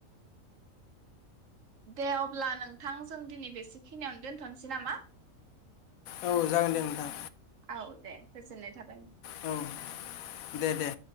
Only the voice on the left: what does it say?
औ जागोन दे नोंथां
औ दे दे